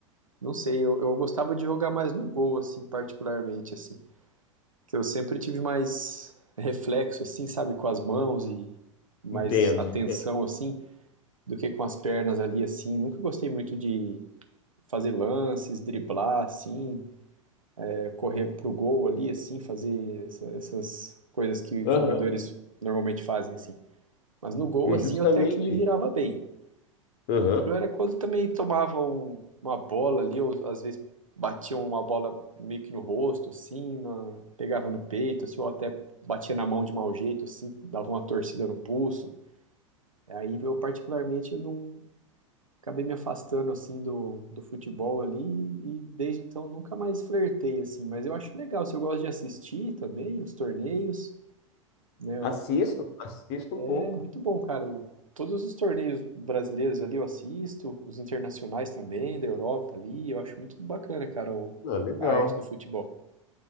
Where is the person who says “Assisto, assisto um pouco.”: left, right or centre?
Left